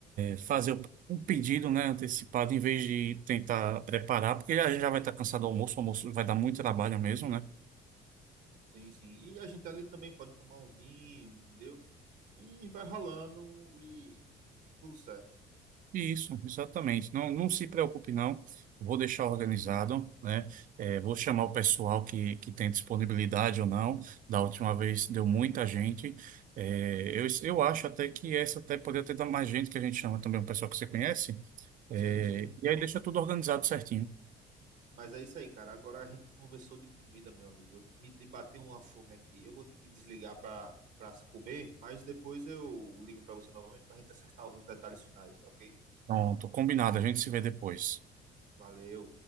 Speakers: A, on the right (about 50°); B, on the right (about 80°).
A: fazer o, o pedido, né, antecipado, em vez de tentar preparar, porque a gente já vai estar cansado do almoço, o almoço vai dar muito trabalho mesmo,
B: Sim,
A: né?
B: sim, sim. E a gente ali também pode tomar um vinho, entendeu? E vai rolando e tudo certo.
A: Isso, exatamente. Não, não se preocupe, não. Vou deixar organizado, né? É, vou chamar o pessoal que, que tem disponibilidade ou não. Da última vez deu muita gente. É, eu, eu acho até que essa até poderia ter dado mais gente, que a gente chama também um pessoal que você conhece. É,
B: Sim, sim.
A: e aí deixa tudo organizado certinho.
B: Mas é isso aí, cara. Agora a gente conversou de comida, meu amigo. Eu- Me de- bateu uma fome aqui. Eu vou ter que desligar para para se comer, mas depois eu ligo para você novamente para a gente acertar os detalhes finais, ok?
A: Pronto, combinado. A gente se vê depois.
B: Valeu.